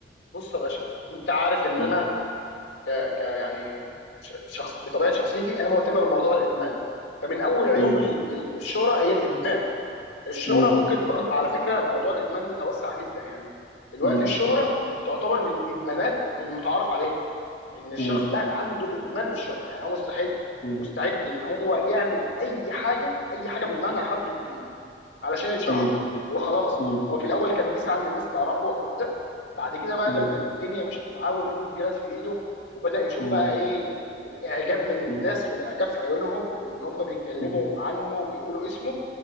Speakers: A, on the left; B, on the left.
A: بص يا باشا انت عارف ان
B: مم.
A: انا ك... ك يعني ش- شخص بطبيعه شخصيتي انا مهتم بموضوع الادمان فمن اول عيوب
B: مم.
A: ال- ال- الشهره هي الادمان الشهره
B: مم.
A: ممكن برضه على فكره موضوع الادمان ده توسع جدا يعني دلوقتي
B: مم.
A: الشهره بقت تعتبر من الادمانات المتعارف عليها ان الشخص
B: مم.
A: ده عنده ادمان للشهره يعني هو مستعد
B: مم.
A: مستعد ان هو يعمل اي حاجه اي حاجه بالمعنى الحرفي للكلمه علشان يتشهر
B: مم.
A: هو خلاص
B: مم.
A: هو في الاول كان بيسعى ان الناس تعرفه او كده بعد كده بقى
B: مم.
A: لما الدنيا مشت معاه والفلوس جرت في ايده وبدأ يشوف
B: مم.
A: بقى ايه الاعجاب من الناس
B: مم.
A: والاعجاب في عيونهم وان هم بيتكلموا
B: مم.
A: عنه وبيقولوا اسمه